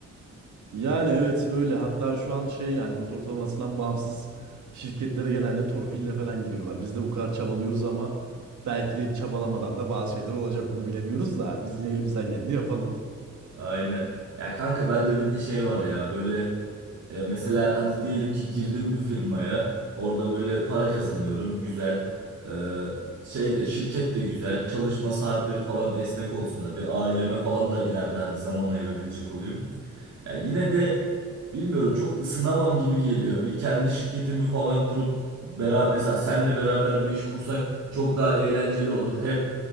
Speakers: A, on the right; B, on the right.
A: Yani evet öyle. Hatta şu an şey yani not ortalamasından bağımsız şirketlere genelde torpille falan giriyorlar. Biz de bu kadar çabalıyoruz ama belki de çabalamadan da bazı şeyler olacak onu bilemiyoruz da biz yine elimizden geleni yapalım.
B: Aynen. Ya kanka ben de bir de şey var ya böyle E, mesela hadi diyelim ki girdim bir firmaya. Orada böyle para kazanıyorum. Güzel. E, şey de şirket de güzel. Çalışma saatleri falan esnek olsun hadi. Aileme falan da ileride hadi zaman ayırabilecek olayım. Ya yine de bilmiyorum çok ısınamam gibi geliyor. Bir kendi şirketimi falan kurup beraber mesela senle beraber bir iş kursak çok daha eğlenceli olur. Hem